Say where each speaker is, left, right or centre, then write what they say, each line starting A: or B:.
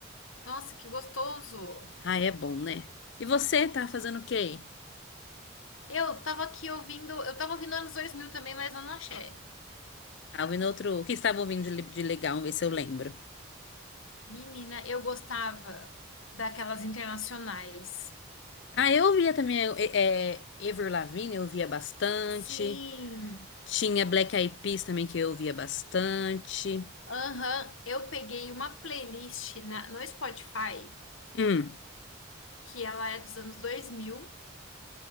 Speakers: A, on the left; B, on the left.
A: Nossa, que gostoso.
B: Ah, é bom, né? E você tá fazendo o quê aí?
A: Eu tava aqui ouvindo, eu tava ouvindo anos 2000 também, mas eu não achei.
B: Ah, ouvindo outro. O que estava ouvindo de, le- de legal? Vamos ver se eu lembro.
A: Menina, eu gostava daquelas internacionais.
B: Ah, eu ouvia também é, é, Avril Lavigne, eu ouvia bastante.
A: Sim.
B: Tinha Black Eyed Peas também que eu ouvia bastante.
A: Aham, eu peguei uma playlist na- no Spotify,
B: Hum,
A: que ela é dos anos 2000